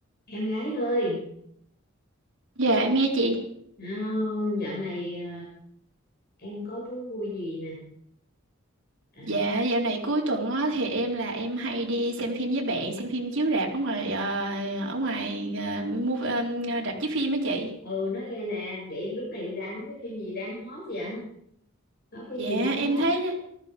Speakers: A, on the left (about 50°); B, on the right (about 65°).
A: Em gái ơi,
B: Dạ em nghe chị.
A: ờ, dạo này ờ, em có thú vui gì nè? À,
B: Dạ dạo này cuối tuần á, thì em là em hay đi xem phim với bạn, xem phim chiếu rạp ở ngoài ờ, ở ngoài ờ, movie, ờ, rạp chiếu phim á chị.
A: ừ, nói nghe nè, vậy lúc này đang cái phim gì đang hot vậy? Có phim
B: Dạ
A: gì đang hot?
B: em thấy